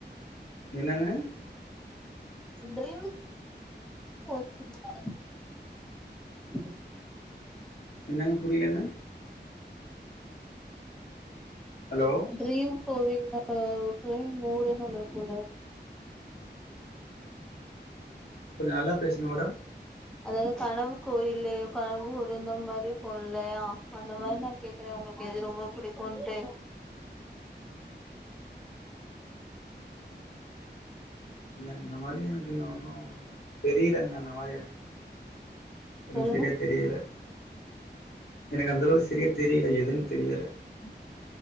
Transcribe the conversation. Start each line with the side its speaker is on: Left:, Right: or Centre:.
Left: என்னங்க
Centre: <unintelligible>
Left: என்னங்க புரியலங்க ஹலோ
Centre: ட்ரியு கோவில்ல <unintelligible> ஊருன்னு ஒண்ணு இருக்கும்ல
Left: கொஞ்ச நல்லா பேசுங்க மேடம்
Centre: அதாவது கனவு கோயிலு கனவு ஊரு மாதிரி இருக்குலையா அந்த மாரி நா கேக்குறே உங்க காது எது ரொம்ப பிடிக்கும்ன்ட்டு
Left: <inaudible> இல்ல இந்த மாரி எனக்கு இன்ன ஒன்னு தெரியலங்க அந்த மாரி எனக்கு
Centre: சொல்லுங்க
Left: ம் சரியா தெரியல எனக்கு அந்தளவுக்கு சரிய தெரியல எதுன்னு தெரியல
Centre: ம்